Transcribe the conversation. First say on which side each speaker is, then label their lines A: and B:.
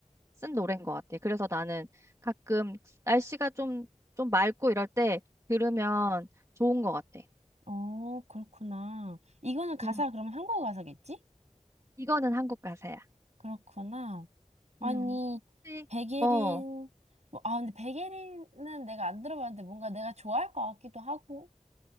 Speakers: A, on the right; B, on the right.
A: 쓴 노래인 것 같아. 그래서 나는 가끔 날씨가 좀, 좀 맑고 이럴 때 들으면 좋은 것 같아.
B: 어, 그렇구나. 이거는 가사,
A: 음,
B: 그러면 한국어 가사겠지?
A: 이거는 한국 가사야.
B: 그렇구나. 아니,
A: 음. 혹시-
B: 백예린,
A: 어,
B: 뭐, 아, 근데 백예린은 내가 안 들어봤는데 뭔가 내가 좋아할 것 같기도 하고,